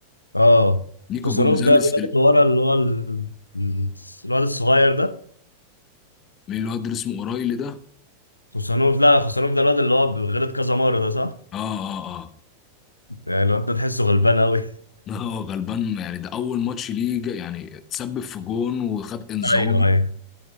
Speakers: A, on the left; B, on the left.
A: اه
B: نيكو
A: خوسانوف
B: جونزاليس
A: ده الواد
B: ال-
A: اللي ورا اللي هو ال- ال- الواد الصغير ده
B: الواد اللي اسمه اورايلي ده
A: خوسانوف لا خوسانوف ده الواد اللي هو غلط كذا مرة ده صح؟
B: اه اه اه
A: يعني الواد ده تحسه غلبان قوي
B: <laughs> اه غلبان يعني ده اول ماتش ليه جا- يعني اتسبب في جون وخد انذار
A: <laughs> ايوه ايوه